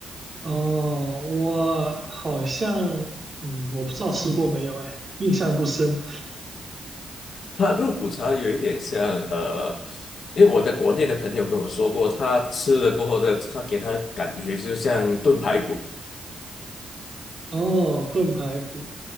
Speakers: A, on the right; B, on the left.
A: 哦，我好像，嗯，我不知道吃过没有，哎，印象不深。
B: 它肉骨茶有一点像呃，因为我在国内的朋友跟我说过，他吃了过后的，他给他感觉就像炖排骨。
A: 哦，炖排骨，